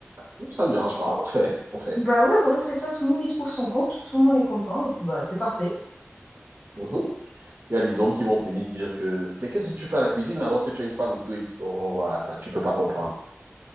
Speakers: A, on the right; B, on the left.
A: nous, ça ne dérange pas, on fait, on fait.
B: Bah ouais, voilà, c'est ça, tout le monde y trouve son compte, tout le monde est content, et puis bah c'est parfait.
A: Mhm. Il y a des hommes qui vont venir se dire que, mais qu'est-ce que tu fais à la cuisine alors que tu as une femme et tout, et puis, oh, oh, voilà, attends, tu peux pas comprendre,